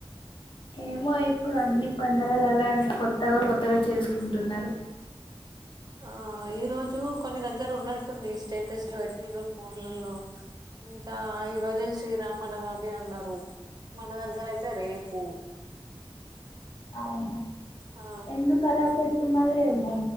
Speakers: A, on the left; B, on the right.
A: ఏమో ఇప్పుడు అన్ని పండగలు అలానే కొత్తగా కొత్తగా చేసుకుంటున్నారు
B: ఆ ఈరోజు కొన్ని దగ్గర ఉన్నట్టుంది స్టేటస్లు పెట్టిన్ర ఫోన్లలో ఇంకా ఈ రోజు శ్రీరామనవమి అన్నారు మన దగ్గర అయితే రేపు
A: అవును
B: ఆ
A: ఎందుకు అలా పెట్తున్నదేమో